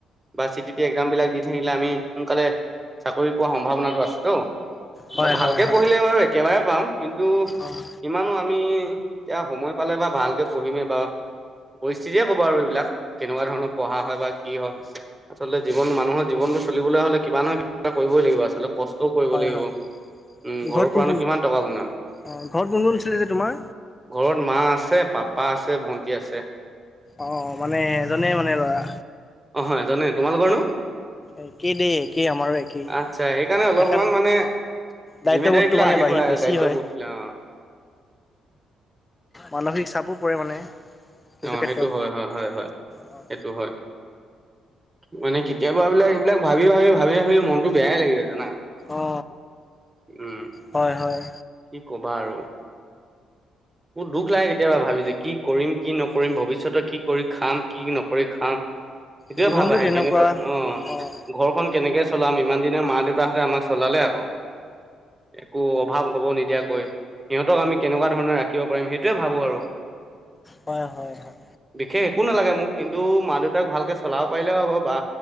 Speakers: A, on the right; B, on the left.
A: বা চি টি টি এক্সজামবিলাক দি থাকিলে আমি সোনকালে চাকৰি পোৱাৰ সম্ভাৱনাটো আছে। ত'
B: হয়
A: ভালকে
B: হয় হয়
A: পঢ়িলে বাৰু একেবাৰে পাম, কিন্তু
B: অঁ
A: ইমানো আমি এতিয়া সময় পালে বা ভালকে পঢ়িমেই বা পৰিস্থিতিয়ে কব আৰু এইবিলাক। কেনেকুৱা ধৰণৰ পঢ়া হয় বা কি হয় আচলতে জীৱন মানুহৰ জীৱনটো, চলিবলৈ হ'লে কিমান নহয় কিবা কৰিবই লাগিব আচলটে কষ্ট, কৰিব লাগিব
B: হয় হয়
A: উ ঘৰৰ
B: ঘৰত কোন
A: পৰানো কিমান টকা গুনাম,
B: অঁ ঘৰত কোন কোন আছিলে যে তোমাৰ
A: ঘৰত মা আছে, পাপা আছে, ভন্টি আছে।
B: অঁ মানে এজনে মানে ল'ৰা।
A: অ', হয় এজনে তোমালোকৰনো?
B: একে দেই একেই আমাৰো একেই
A: আচ্ছা সেইকাৰণে অলপমান
B: সখন।
A: মানে
B: দায়িত্ব
A: জিম্মেদাৰী
B: ব্ৰত
A: বিলাক
B: মানে
A: আহি
B: বাঢ়ি
A: পৰে
B: বেছি
A: দায়িত্ববোধ
B: হয়।
A: বিলাক অ',
B: মানসিক চাপো পৰে মানে, কিছু
A: অ
B: ক্ষেত্ৰত
A: সেইটো হয় -হয়, হয় -হয়
B: অঁ
A: সেইটো হয়। মানে কেতিয়াবা এই বিলাক এইবিলাক ভাবি- ভাবি ভাবি -ভাবি মনতো বেয়াই লাগি যায় জানা।
B: অ
A: উম।
B: হয় হয়।
A: কি ক'বা আৰু, মোৰ দুখ লাগে কেতিয়াবা ভাবি যে কি কৰিম কি নকৰিম ভৱিষ্যতে কি কৰি খাম, কি নকৰি খাম। সেইটোয়ে
B: জীৱনটো
A: ভাল আহে
B: তেনেকুৱা
A: কেনেকৈ অ
B: অঁ
A: ঘৰখন কেনেকে, চলাম ইমান দিনানৰ মা দেউতাহঁতে আমাক চলালে আকৌ, একো অভাৱ হ'ব নিদিয়াকৈ সিহঁতক আমি কেনেকুৱা ধৰণে ৰাখিব পাৰিম, সেইটোৱে ভাবোঁ আৰু
B: হয় হয় হয়।
A: বিশেষ একো নালাগে মোক কিন্তু মা দেউতাক ভালকৈ চলাব পাৰিলেও হ'ব বা